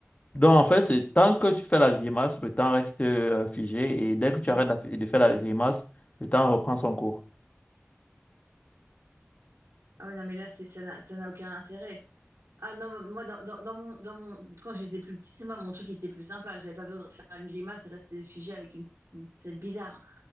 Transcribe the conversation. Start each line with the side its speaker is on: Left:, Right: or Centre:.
Left: Donc, en fait, c'est tant que tu fais la grimace, le temps reste euh, figé et dès que tu
Right: J'ai-
Left: arrêtes la- de faire la grimace, le temps reprend son cours.
Right: Ah oui, non, mais là, c'est, ça n'a, ça n'a aucun intérêt. Ah non, moi, dans, dans- dans mon, dans mon, quand j'étais plus petite, moi, mon truc était plus sympa. J'avais pas besoin de faire une grimace et rester figé avec une, une tête bizarre.